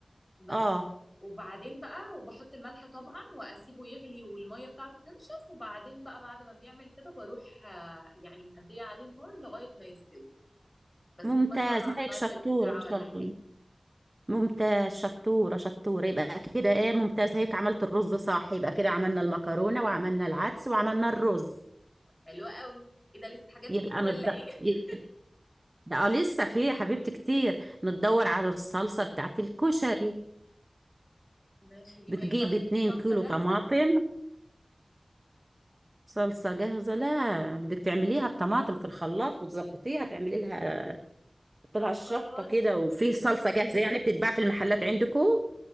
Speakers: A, on the left; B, on the right.
A: بس
B: اه
A: وبعدين بقى بحط الملح طبعا واسيبه يغلي والميه بتاعته تنشف وبعدين بقى بعد ما بيعمل كده بروح آه، يعني مهديه عليه النار لغايه ما يستوي بسيبه
B: ممتاز
A: مثلا على
B: هيك
A: النار
B: شطوره
A: تلت ساعه
B: ما
A: ولا
B: شاء
A: حاجه
B: الله ممتاز شطورة شطورة يبقى كده ايه ممتاز هيك عملت الرز صح يبقى كده عملنا المكرونة وعملنا العدس وعملنا الرز
A: حلوه قوي ايه ده لسه حاجات
B: يبقى
A: كتير ولا
B: نض
A: ايه <laughs>
B: يبقى ده لسه في يا حبيبتي كتير نتدور على الصلصة بتاعت الكشري
A: ماشي دي
B: بتجيب
A: ما ينفعش
B: اتنين
A: اجيب صلصه
B: كيلو
A: جاهزه
B: طماطم صلصة جاهزة لا بدك تعمليها بطماطم في الخلاط وتظبطيها تعملي لها طلع
A: طب
B: الشطة
A: خلاص
B: كده وفي صلصة جاهزة يعني بتتباع في المحلات عندكم